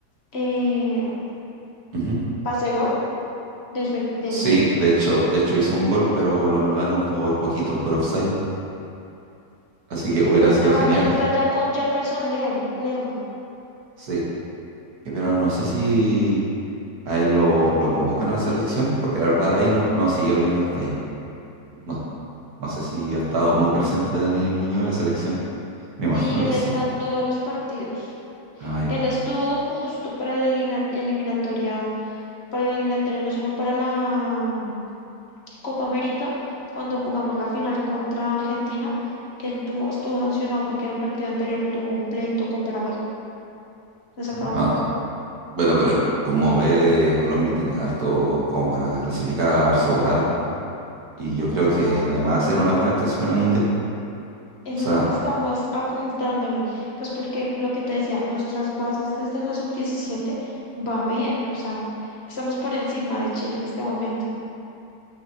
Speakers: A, on the left; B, on the right.
A: eh,
B: Ujú.
A: pase gol de su, e- del
B: Sí,
A: equipo.
B: de hecho, de hecho hizo un gol, pero lo anularon por poquito, por offside. Así que hubiera
A: Él está,
B: sido genial.
A: él está ya con Jefferson Lem- Lerma.
B: Sí, Eh, pero no sé si a él lo, lo convocan a la selección, porque la verdad ahí
A: Sí.
B: no, no siguió bien los detalles. No, no sé si ha estado muy presente Daniel Muñoz en la selección. Me imagino
A: Sí, él
B: que
A: está
B: sí.
A: en todos los partidos.
B: Ah, ya.
A: Él estuvo justo para la elimina- eliminatoria, para la eliminatoria, no, sino para la mm, Copa América, cuando jugamos la final contra Argentina. Él tuvo, estuvo sancionado porque en el partido anterior tuvo un pleito con Paraguay. Le sacaron
B: Ajá.
A: roja.
B: Bueno, pero como ves, Colombia tiene harto como para clasificar sobrado. Y yo creo
A: Ojalá
B: que además era una buena actuación en el Mundial.
A: Eso
B: O sea,
A: es lo que estamos apuntándole, pues porque lo que te decía, nuestras bases desde la sub diecisiete va bien, o sea, estamos por encima de Chile en este momento.